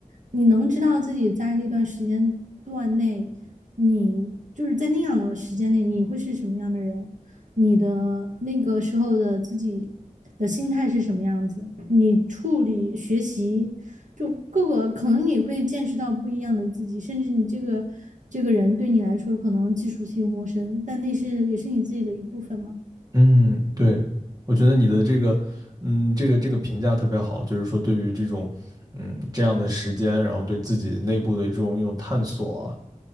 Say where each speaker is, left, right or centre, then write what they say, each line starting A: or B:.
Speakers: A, on the right; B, on the right.
A: 你能知道自己在那段时间段内，你就是在那样的时间内，你会是什么样的人。你的那个时候的自己的心态是什么样子，你处理学习就各个可能你会见识到不一样的自己，甚至你这个这个人对你来说可能既熟悉又陌生，但那是也是你自己的一部分嘛。
B: 嗯，对，我觉得你的这个，嗯，这个这个评价特别好，就是说对于这种，嗯，这样的时间，然后对自己内部的这种一种探索啊